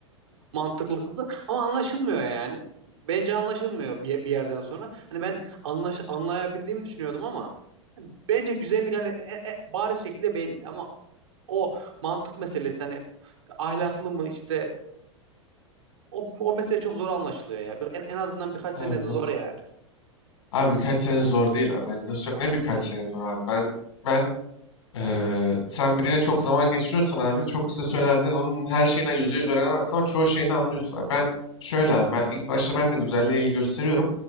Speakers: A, on the right; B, on the left.
A: mantıklı kızı ama anlaşılmıyor yani. Bence anlaşılmıyor bir, bir yerden sonra. Hani ben anlaş, anlayabildiğimi düşünüyordum ama bence güzellik hani e, e, bariz şekilde belli ama o mantık meselesi hani ahlaklı mı işte o, o mesele çok zor anlaşılıyor ya. Bir- En, en azından birkaç
B: Abi
A: sene
B: yok.
A: de zor yani.
B: Abi birkaç sene zor değil alakası yok. Ne birkaç sene zor abi. Ben ben Eee, sen biriyle çok zaman geçiriyorsan abi çok kısa sürelerden onun her şeyine %100 öğrenemezsin ama çoğu şeyini anlıyorsun. Abi ben şöyle abi ben ilk başta ben de güzelliğe ilgi gösteriyorum.